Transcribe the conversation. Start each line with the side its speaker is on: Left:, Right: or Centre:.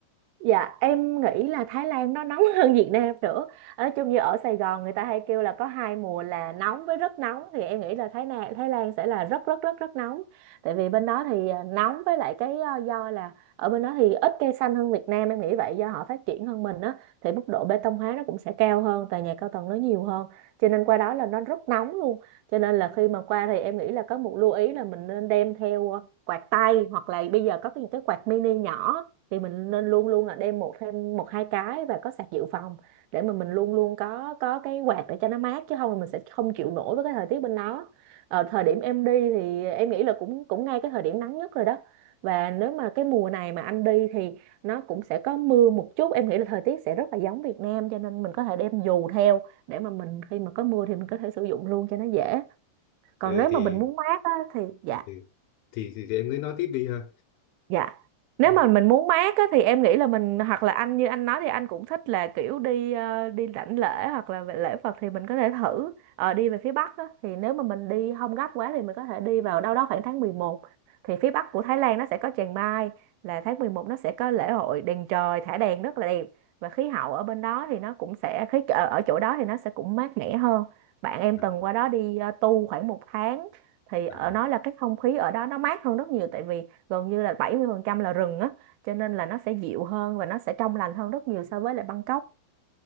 Right: Dạ em nghĩ là Thái Lan nó nóng <laughs> hơn Việt Nam nữa Nói chung như ở Sài Gòn người ta hay kêu là có hai mùa là nóng với rất nóng Thì em nghĩ là Thái Lan, Thái Lan sẽ là rất rất rất rất nóng Tại vì bên đó thì à, nóng với lại cái à, do là Ở bên đó thì ít cây xanh hơn Việt Nam Em nghĩ vậy do họ phát triển hơn mình á Thì mức độ bê tông hóa nó cũng sẽ cao hơn Tòa nhà cao tầng nó nhiều hơn Cho nên qua đó là nó rất nóng luôn Cho nên là khi mà qua thì em nghĩ là có một lưu ý là mình nên đem theo à, quạt tay Hoặc là bây giờ có cái, cái quạt mini nhỏ thì mình nên luôn luôn là đem một thêm một hai cái và có sạc dự phòng để mà mình luôn luôn có có cái quạt để cho nó mát chứ không thì mình sẽ không chịu nổi với cái thời tiết bên đó ờ, thời điểm em đi thì em nghĩ là cũng cũng ngay cái thời điểm nắng nhất rồi đó và nếu mà cái mùa này mà anh đi thì nó cũng sẽ có mưa một chút em nghĩ là thời tiết sẽ rất là giống Việt Nam cho nên mình có thể đem dù theo để mà mình khi mà có mưa thì mình có thể sử dụng luôn cho nó dễ còn
Left: ừ
Right: nếu
Left: thì
Right: mà mình muốn mát á, thì dạ
Left: thì thì, thì, thì em cứ nói tiếp đi ha
Right: Dạ. Nếu
Left: Ừ.
Right: mà mình muốn mát á, thì em nghĩ là mình hoặc là anh như anh nói thì anh cũng thích là kiểu đi ờ, đi rảnh lễ hoặc là về lễ Phật thì mình có thể thử ờ, đi về phía Bắc á, thì nếu mà mình đi không gấp quá thì mình có thể đi vào đâu đó khoảng tháng mười một thì phía Bắc của Thái Lan nó sẽ có Chiang Mai là tháng 11 nó sẽ có lễ hội đèn trời thả đèn rất là đẹp và khí hậu ở bên đó thì nó cũng sẽ khí ở ở chỗ đó thì nó sẽ cũng mát mẻ hơn bạn em
Left: À,
Right: từng qua đó đi ờ, tu khoảng một tháng thì ở
Left: à.
Right: nói là cái không khí ở đó nó mát hơn rất nhiều tại vì gần như là 70% là rừng á cho nên là nó sẽ dịu hơn và nó sẽ trong lành hơn rất nhiều so với lại Bangkok